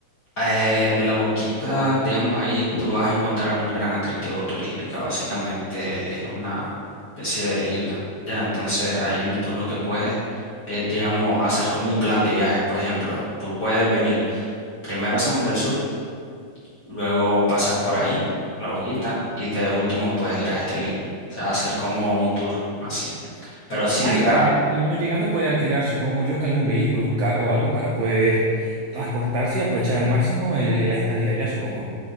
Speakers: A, on the left; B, on the right.
A: Eh, la Boquita, digamos, ahí tú vas a encontrar un gran atractivo turístico. Básicamente es una especie de isla. Ya, entonces ahí tú lo que puedes es, digamos, hacer como un plan de viaje. Por ejemplo, tú puedes venir primero a San Juan del Sur, luego pasas por ahí, la Boquita, y de último puedes ir a Estelí. O sea, hacer como un tour así. Pero sí,
B: Hay
A: te da-
B: allá, y uno llegando puede alquilar, supongo yo, que algún vehículo, un carro o algo para poder transportarse y aprovechar al máximo eh, la estadía allá, supongo.